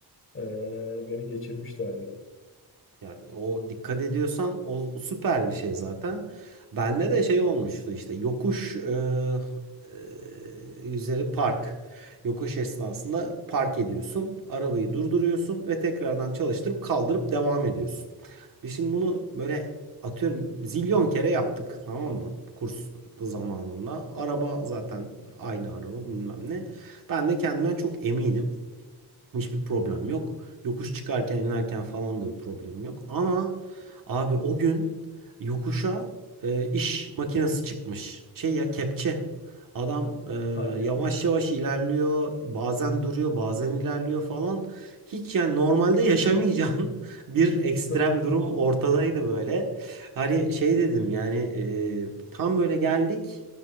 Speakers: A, on the left; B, on the right.
A: Ee, beni geçirmişlerdi.
B: Yani o dikkat ediyorsan o süper bir şey zaten. Bende de şey olmuştu işte yokuş e, e, üzeri park. Yokuş esnasında park ediyorsun. Arabayı durduruyorsun ve tekrardan çalıştırıp kaldırıp devam ediyorsun. Biz şimdi bunu böyle atıyorum zilyon kere yaptık tamam mı? Kurs zamanında. Araba zaten aynı araba bilmem ne. Ben de kendimden çok eminim. Hiçbir problem yok. Yokuş çıkarken inerken falan da bir problem yok. Ama abi o gün yokuşa e, iş makinesi çıkmış. Şey ya kepçe. Adam e,
A: Hadi.
B: yavaş yavaş ilerliyor. Bazen duruyor, bazen ilerliyor falan. Hiç yani normalde yaşamayacağın <laughs> bir ekstrem
A: <laughs>
B: durum ortadaydı böyle. Hani şey dedim yani e, tam böyle geldik.